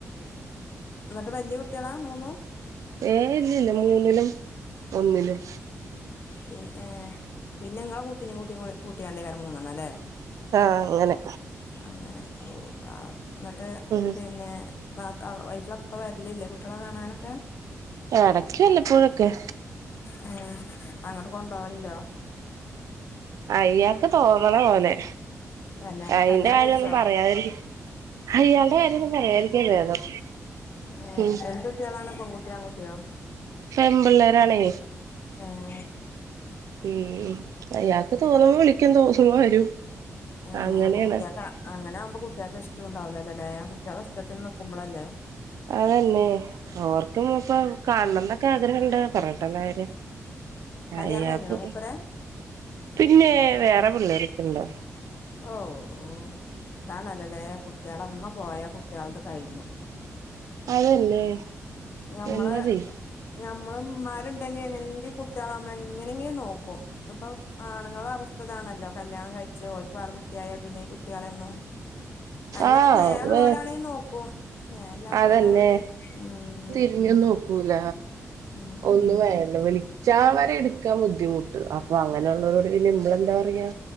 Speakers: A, on the left (about 45°); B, on the right (about 80°).
A: ന്നിട്ട് വല്ല്യ കുട്ട്യാള മൂന്നും
B: ഏ ഇല്ലില്ല. മൂന്നിലും, ഒന്നിലും.
A: പിന്നെ പിന്നെ ങ്ങളെ കുട്ടീനും കൂടി കൂട്ടിയാണ്ട്ക്കാര മൂന്നണ്ണം ല്ലേ.
B: ആഹ അങ്ങനെ
A: അങ്ങനെ ഓ ആ ന്നിട്ട്
B: ഉം
A: പിന്നെ നാത്തൂ ഒക്കെ വരലില്ലേ കുട്ടികളെ കാണാനൊക്കെ.
B: എടയ്ക്കുവല്ലപ്പോഴൊക്കെ.
A: ഉം അങ്ങോട്ട് കൊണ്ട് വലുണ്ടോ
B: അയാക്ക് തോന്നണ പോലെ
A: തന്നെ
B: അയിന്റെ
A: കല്യാണം
B: കാര്യൊന്നും
A: കഴിച്ചോ
B: പറയാതിരി അയാളുടെ കാര്യൊന്നും പറയാതിരിക്കാ ഭേദം
A: ഏ
B: ഉം
A: എന്ത് കുട്ട്യളാണ്. പെകുട്ട്യോ ആകുട്ടിയോ <inaudible>
B: പെൺപിള്ളേരാണേ
A: ഏഹ്.
B: ഉം അയാക്ക് തോന്ന്മ്പം വിളിക്കും തോന്ന്മ്പ വരും.
A: ഏഹ്
B: അങ്ങനെയാണ്
A: അപ്പൊ കുട്ട്യാക്ക അങ്ങനാവുമ്പ കുട്ട്യാക്ക് ഇഷ്ട്ടോണ്ടാവുലല്ലല്ലേ കുട്ട്യാളെ ഇഷ്ടത്തിന് നിക്കുമ്പളല്ലേ.
B: അതന്നെ ഓർക്ക്പ്പൊ കാണണംന്നൊക്കെ ആഗ്രഹണ്ട് പറഞ്ഞിട്ടെന്താ കാര്യം
A: കല്യാണം
B: അയ്യാക്ക്
A: കഴിഞ്ഞണോ മൂപ്പരെ
B: പ്പ പിന്നേ വേറെ പിള്ളേരക്കണ്ടോ
A: ഓഹ് ഓഹ്. ഇതാണല്ലല്ലേ കുട്ട്യാളമ്മ പോയാ കുട്ട്യാളത് കഴിഞ്ഞു.
B: അതന്നെ
A: ഞമ്മളെ.
B: എന്താ ചെയ്യ
A: ഞമ്മള്മ്മാര്ണ്ടെങ്കി എങ്ങനെങ്കി കുട്ട്യാള മ്മളെ എങ്ങനെങ്കി നോക്കും. ഇന്ന്പ്പൊ ആണുങ്ങള അവസ്ഥതാണല്ലോ കല്യാണം കഴിച്ച ഓൽ വേറ കുട്ടിയായ പിന്നെ ഈ കുട്ട്യാളെന്നും നല്ല
B: ആഹ്
A: സ്നേഹൊള്ളോലാണെ
B: വേ
A: നോക്കും. സ്നഹല്ലാത്തോലാണെങ്കി
B: അതന്നെ
A: ഉം
B: <unintelligible> നോക്കൂല
A: ഉം
B: ഒന്നും വേണ്ട വിളിച്ചാവരെട്ക്കാൻ ബുദ്ധിമുട്ട് അ പ്പൊ അങ്ങനെയുള്ളോരോട് പിന്നെമ്മളന്ത പറയാ.